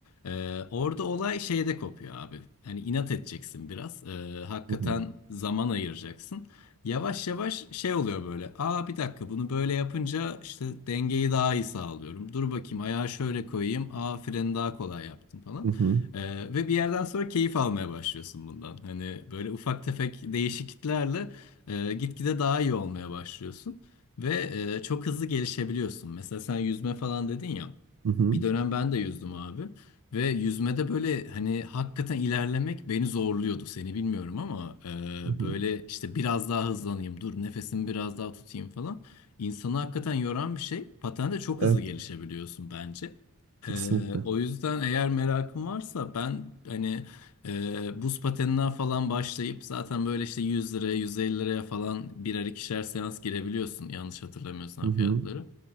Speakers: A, on the left; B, on the right.
A: Ee, orada olay şeyde kopuyor abi. Hani inat edeceksin biraz. Ee, hakikaten
B: Hı hı.
A: zaman ayıracaksın. Yavaş yavaş şey oluyor böyle. Aa bir dakika bunu böyle yapınca işte dengeyi daha iyi sağlıyorum. Dur bakayım ayağı şöyle koyayım. Aa freni daha kolay yaptım falan.
B: Hı hı.
A: Ee, ve bir yerden sonra keyif almaya başlıyorsun bundan. Hani böyle ufak tefek değişikliklerle e, gitgide daha iyi olmaya başlıyorsun. Ve e, çok hızlı gelişebiliyorsun. Mesela sen yüzme falan dedin ya.
B: Hı hı.
A: Bir dönem ben de yüzdüm abi. Ve yüzmede böyle hani hakikaten ilerlemek beni zorluyordu. Seni bilmiyorum ama e,
B: Hı hı.
A: böyle işte biraz daha hızlanayım, dur nefesimi biraz daha tutayım falan. İnsanı hakikaten yoran bir şey. Patende çok
B: Evet,
A: hızlı gelişebiliyorsun bence.
B: kesinlikle.
A: Ee, o yüzden eğer merakın varsa ben hani e, buz pateninden falan başlayıp zaten böyle işte 100 liraya 150 liraya falan birer ikişer seans girebiliyorsun yanlış hatırlamıyorsam
B: Hı hı.
A: fiyatları.